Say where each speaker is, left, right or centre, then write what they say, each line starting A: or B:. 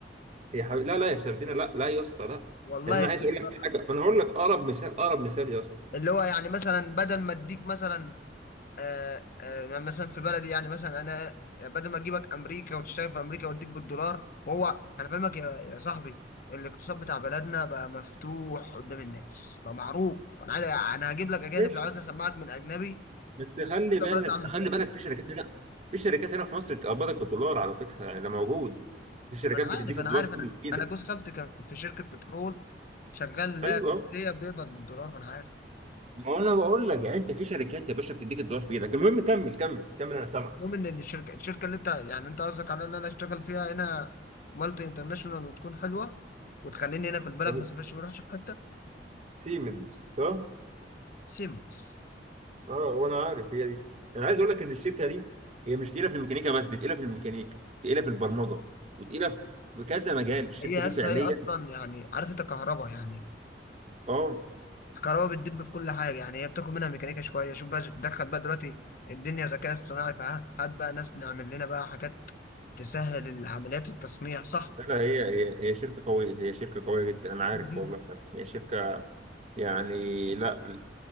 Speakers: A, on the right; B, on the left.
A: يا حبيبي لا لا يا سردينه لا لا يا اسطى لا
B: والله
A: يعني انا عايز
B: بتسترخص
A: اقول لك حاجه ما انا هقول لك اقرب مثال اقرب مثال يا اسطى
B: اللي هو يعني مثلا بدل ما اديك مثلا آه، آه، مثلا في بلدي يعني مثلا انا بدل ما اجيبك امريكا وتشتغل في امريكا واديك بالدولار وهو انا فاهمك يا يا صاحبي الاقتصاد بتاع بلدنا بقى مفتوح قدام الناس بقى معروف انا عايز انا هجيب لك اجانب
A: ماشي
B: لو عايز اسمعك من اجنبي
A: بس خلي
B: ده
A: بالك
B: بلد عامل ازاي
A: خلي بالك في شركات هنا في شركات هنا في مصر بتقبضك بالدولار على فكره يعني ده موجود في شركات
B: ما انا
A: بتديك
B: عارف انا
A: الدولار
B: عارف
A: في
B: انا
A: ايدك
B: انا جوز خالتي كان في شركه بترول شغال لا
A: ايوه
B: كويتيه بيقبض بالدولار ما انا عارف
A: ما هو انا بقول لك يعني انت في شركات يا باشا بتديك الدولار في ايدك المهم كمل كمل كمل انا سامعك
B: المهم ان الشركه الشركه اللي انت يعني انت قصدك على ان انا اشتغل فيها هنا مالتي انترناشونال وتكون حلوه وتخليني هنا في البلد
A: طب
B: ما اسافرش ما اروحش في حته
A: سيمنز صح؟
B: سيمنز
A: اه وانا عارف هي دي انا عايز اقول لك ان الشركه دي هي مش تقيله في الميكانيكا بس دي تقيله في الميكانيكا تقيله في البرمجه وتقيله في كذا مجال الشركه
B: هي
A: دي
B: هسه
A: فعليا
B: هي اصلا يعني عارف انت كهرباء يعني
A: اه
B: الكهرباء بتدب في كل حاجه يعني هي بتاخد منها ميكانيكا شويه شوف بقى دخل بقى دلوقتي الدنيا ذكاء اصطناعي فها هات بقى ناس نعمل لنا بقى حاجات تسهل عمليات التصنيع صح
A: لا لا، هي هي هي شركه قويه هي شركه قويه جدا انا عارف
B: دي-
A: والله فعلا هي شركه يعني لا